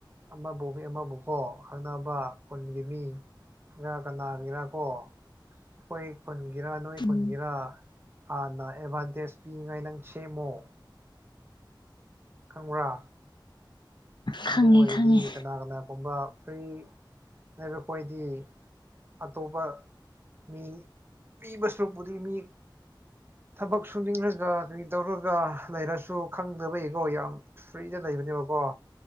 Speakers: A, on the right; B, on the left.
A: ꯑꯃꯕꯨ ꯃꯤ ꯑꯃꯕꯨꯀꯣ ꯈꯪꯅꯕ ꯈꯨꯟꯒꯤ ꯃꯤ ꯀꯅꯥ ꯀꯅꯥꯒꯤꯔ ꯀꯣ ꯑꯩꯈꯣꯏ ꯈꯨꯨꯟꯒꯤꯔꯥ ꯅꯣꯏ
B: ꯎꯝ
A: ꯈꯨꯨꯟꯒꯤꯔ ꯍꯥꯟꯅ ꯑꯦꯗꯚꯥꯟꯇꯦꯖ ꯄꯤꯅꯤꯉꯥꯏ ꯅꯪ ꯁꯦꯝꯃꯣ꯫ ꯈꯪꯕ꯭ꯔꯥ
B: ꯈꯪꯉꯦ
A: ꯑꯗꯨ ꯑꯣꯏꯔꯗꯤ
B: ꯈꯪꯉꯦ
A: ꯀꯅꯥ ꯀꯅꯥꯒꯨꯝꯕ ꯐ꯭ꯔꯤ ꯂꯩꯕꯈꯣꯏꯗꯤ ꯑꯇꯣꯞꯄ ꯃꯤ ꯄꯤꯕ ꯁꯔꯨꯛꯄꯨꯗꯤ ꯃꯤ ꯊꯕꯛ ꯁꯨꯅꯤꯡꯔꯒ ꯀꯔꯤ ꯇꯧꯔꯒ ꯂꯩꯔꯁꯨ ꯈꯪꯗꯕꯩꯀꯣ ꯌꯥꯝ ꯐ꯭ꯔꯤꯗ ꯂꯩꯕꯅꯦꯕꯀꯣ